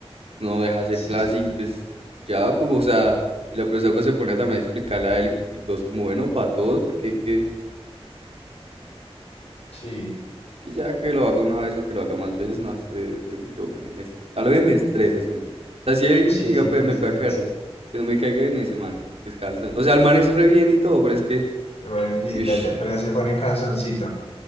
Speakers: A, on the right; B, on the left.
A: no deja hacer
B: Sí,
A: clase
B: sí.
A: y pues, ya como, o sea, y la profesora pues se pone también a explicarle a él y todos como, bueno, para todos, porque hay que,
B: Sí,
A: Es que ya que lo haga una vez a que lo haga más veces, no sé, ese virus me, me est- a lo bien me estresa ese man. O sea, si hay alguien
B: sí,
A: que diga,
B: sí,
A: pues
B: sí,
A: me
B: sí,
A: puede
B: sí,
A: caer,
B: sí.
A: que no me caiga bien ese man, porque es cansón. O sea, el man es re bien y todo, pero es que,
B: Bueno, es bien,
A: ush,
B: ya, ya, pero ya se pone canzoncito.